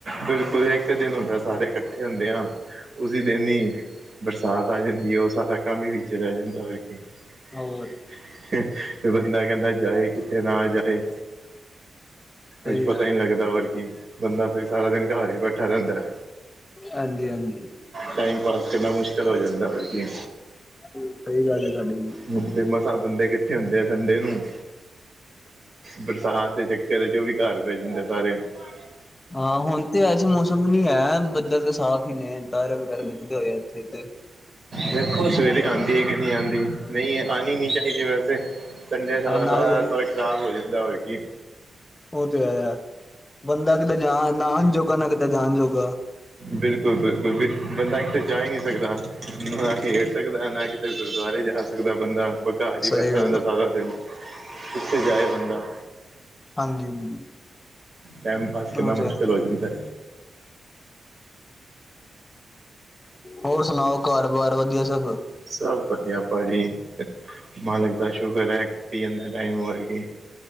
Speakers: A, on the right; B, on the left.
A: ਬਿਲਕੁਲ ਇੱਕ ਦਿਨ ਹੁੰਦਾ, ਸਾਰੇ ਇਕੱਠੇ ਹੁੰਦੇ ਆ ਉਸੀ ਦਿਨ ਹੀ ਬਰਸਾਤ ਆ ਜਾਂਦੀ ਏ ਓ ਸਾਰਾ ਕੰਮ ਈ ਵਿੱਚੇ ਰਹਿ ਜਾਂਦਾ। <unintelligible>
B: ਹੋਰ
A: ਫਿਰ ਬੰਦਾ ਕਹਿੰਦਾ ਜਾਏ ਕਿੱਥੇ। ਤੇ ਨਾ ਜਾਏ ਕੁੱਛ
B: ਸਹੀ
A: ਪਤਾ
B: ਗੱਲ
A: ਈ ਨੀ ਲੱਗਦਾ ਹੋਰ ਕੀ। ਬੰਦਾ ਫਿਰ ਸਾਰਾ ਦਿਨ ਘਰ ਹੀ ਬੈਠਾ ਰਹਿੰਦਾ।
B: ਹਾਂਜੀ- ਹਾਂਜੀ
A: ਟਾਈਮ ਪਾਸ ਕਰਨਾ ਮੁਸ਼ਕਿਲ ਹੋ ਜਾਂਦਾ ਕੀ
B: ਸਹੀ ਗੱਲ ਹੈ ਸਾਡੇ ਵੀਰ
A: ਹੁਣ ਤੇ ਮਸਾਂ ਬੰਦੇ ਕੱਠੇ ਹੁੰਦੇ ਆ ਸੰਡੇ ਨੂੰ। ਬਰਸਾਤ ਦੇ ਚੱਕਰ ਚ ਉਹ ਵੀ ਘਰ ਭੇਜ ਦਿੰਦੇ ਸਾਰੇ <unintelligible> <inaudible>
B: ਹਾਂ ਹੁਣ ਤੇ ਵੈਸੇ ਮੌਸਮ ਨੀ ਹੈ ਬੱਦਲ ਤਾਂ ਸਾਫ਼ ਹੀ ਨੇ ਤਾਰੇ ਵਗੈਰਾ ਨਿਕਲੇ ਹੋਏ ਇੱਥੇ ਤੇ
A: ਦੇਖੋ ਸਵੇਰੇ ਆਉਂਦੀ ਹੈ ਕਿ ਨਹੀਂ ਆਉਂਦੀ ਨਹੀਂ ਆਉਣੀ ਨੀ ਚਾਹੀਦੀ ਵੈਸੇ। ਕੇਨਾ ਸਾਰਾ
B: ਹਾਂ ਨਾ ਹੀ ਯਾਰ
A: ਸਾਰਾ ਖਰਾਬ ਹੋ ਜਾਂਦਾ ਹੋਰ ਕੀ
B: ਓ ਤੇ ਹੈ ਬੰਦਾ ਕਿਤੇ ਜਾਨ ਨਾ ਆਨ ਜੋੋਗਾ ਨਾ ਕਿਤੇ ਜਾਨ ਜੋੋਗਾ।
A: ਬਿਲਕੁਲ -ਬਿਲਕੁਲ ਵੀ ਬੰਦਾ ਕਿਤੇ ਜਾ ਹੀ ਨਹੀਂ ਸਕਦਾ ਨਾ ਘੇਰ ਸਕਦਾ ਨਾ ਕਿਤੇ ਅਤੇ ਗੁਰਦੁਆਰੇ ਜਾ ਸਕਦਾ ਬੰਦਾ ਬਘਾਰ ਹੀ
B: ਸਹੀ
A: ਬੈਠਾ
B: ਗੱਲ
A: ਰਹਿੰਦਾ
B: ਹੈ।
A: ਸਾਰਾ ਦਿਨ ਕਿੱਥੇ ਜਾਏ ਬੰਦਾ
B: ਹਾਂਜੀ ਹਾਂਜੀ
A: ਟਾਈਮ ਪਾਸ ਕਰਨਾ
B: ਉਹ
A: ਮੁਸ਼ਕਿਲ
B: ਤੇ ਹੈ।
A: ਹੋ ਜਾਂਦਾ।
B: ਹੋਰ ਸੁਣਾਓ ਘਰ ਬਾਰ ਵਧੀਆ ਸਭ
A: ਸਭ ਵਧੀਆ ਭਾਜੀ, ਮਾਲਕ ਦਾ ਸ਼ੁਕਰ ਹੈ, ਕੱਟੀ ਜਾਂਦਾ ਟਾਈਮ ਹੋਰ ਕੀ।